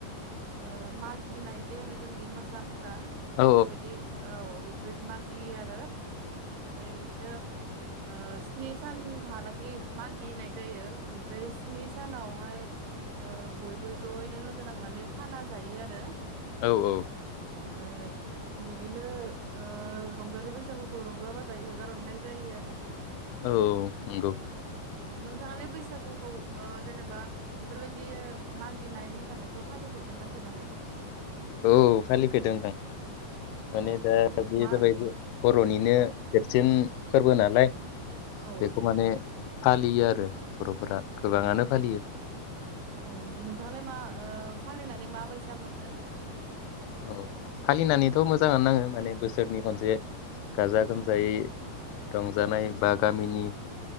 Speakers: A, on the right; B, on the left.
A: ओ मागिनाय जे होनो जोंनि मोसा मोसा बेफोरबायदि
B: औ
A: औ बेबायदि मागियो आरो ओमफ्राय बिदिनो ओ स्नि सानहालागै मागिनाय जायो ओमफ्राय स्नि सानावहाय ओ बयबो जयैनो लोगो नांनानै खाना जायो आरो ओमफ्राय
B: औ औ
A: बिदिनो ओ रंजालि बैसागु खौ रंजा बाजायै हगारहरनाय जायो आरो
B: औ नंगौ
A: नोंथाङालाय बैसागुखौ ओ जेनेबा बेफोरबायदि मागिनाय मोसानायखौ फालिफेरदोंना फेराखै
B: औ फालिफेरदों नोंथां माने
A: औ
B: दा
A: औ
B: बे
A: मा
B: जाबाय बर'नि नो
A: औ
B: देरसिन फोरबो नालाय
A: औ
B: बेखौ माने फालियो आरो बरफोरा गोबाङानो फालियो
A: औ नोंथाङालाय मा ओ फालिनानै माबायसा मोनो
B: औ फालिनानैथ' मोजाङानो नाङो माने बोसोरनि खनसे गाजा गोमजायै रंजानाय बा गामिनि